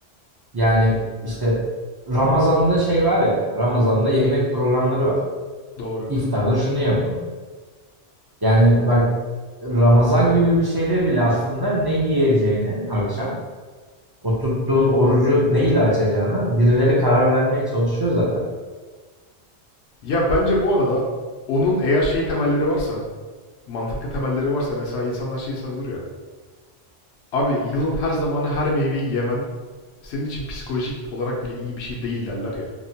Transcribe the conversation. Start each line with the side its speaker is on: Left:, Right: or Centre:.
Right: Yani işte Ramazan'da şey var ya Ramazan'da yemek programları var.
Left: doğru.
Right: İftarda şunu yapın. Yani bak Ramazan gibi bir şeyde bile aslında ne yiyeceğini akşam o tuttuğun orucu neyle açacağını birileri karar vermeye çalışıyor zaten.
Left: Ya bence bu arada onun eğer şey temelleri varsa, mantıklı temelleri varsa mesela insanlar şeyi savunur ya. Abi yılın her zamanı her meyveyi yemen senin için psikolojik olarak bile iyi bir şey değil derler ya.